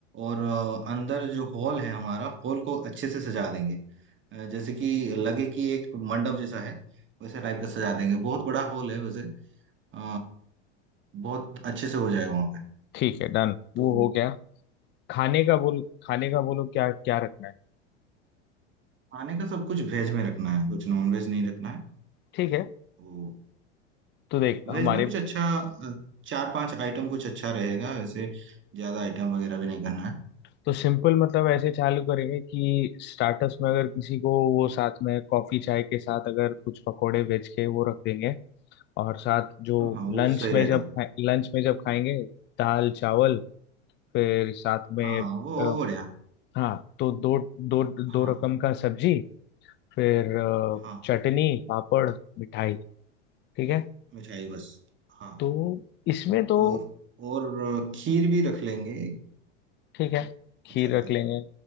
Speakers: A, on the right (about 35°); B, on the left (about 35°).
A: और अ, अंदर जो हॉल है हमारा हॉल को अच्छे से सजा देंगे अ, जैसे कि लगे कि एक मंडप जैसा है वैसा टाइप का सजा देंगे बहुत बड़ा हॉल है वैसे अ, बहुत अच्छे से हो जाएगा वहां पे
B: ठीक है डन
A: तो
B: वो हो गया खाने का बोल खाने का बोलो क्या क्या रखना है
A: खाने का सब कुछ वेज में रखना है कुछ नॉन वेज नहीं रखना है
B: ठीक है
A: वो
B: तो देख हमारे
A: वेज में कुछ अच्छा अ, चार पांच आइटम कुछ अच्छा रहेगा वैसे ज्यादा आइटम वगैरह भी नहीं करना है
B: तो सिंपल मतलब ऐसे चालू करेंगे कि स्टार्टर्स में अगर किसी को वो साथ में कॉफी चाय के साथ अगर कुछ पकोड़े बेच के वो रख देंगे और साथ जो
A: हाँ हाँ वो
B: लंच
A: सही रहेगा
B: में जब लंच में जब खाएंगे दाल चावल फिर साथ में
A: हाँ वो वो
B: अ,
A: बढ़िया
B: हाँ तो दो दो दो
A: हाँ हाँ
B: रकम का सब्जी फिर अ,
A: हाँ,
B: चटनी पापड़ मिठाई ठीक है
A: मिठाई बस हाँ
B: तो इसमें तो
A: और और अ, खीर भी रख लेंगे
B: ठीक है खीर
A: अच्छा रहेगा
B: रख लेंगे